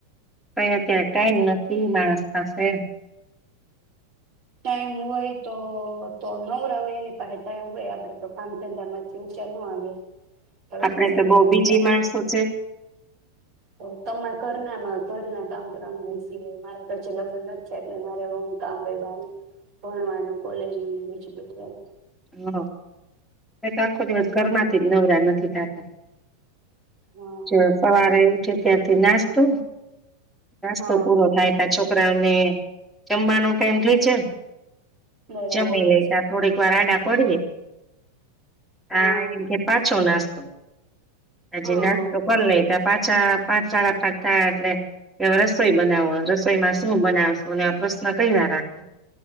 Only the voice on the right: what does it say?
ટાઈમ હોય તો તો નવરા હોય એની પાહે ટાઈમ હોય, આપડે તો કામ ધંધા માંથી ઊંચા ન આવીએ. આપડી
પાસે
કેમ
ટાઈમ
હોય
તો તમારે ઘરના માં ઘરના કામ કરવામાં બિઝી હોય, મારા તો હજી લગ્ન નથ થ્યા એટલે મારે બવ કામ હોય બારનું. ભણવાનું કોલેજ નું બીજુ બધુ એમ.
એમ
હા
બરાબર
પછી
હા
હા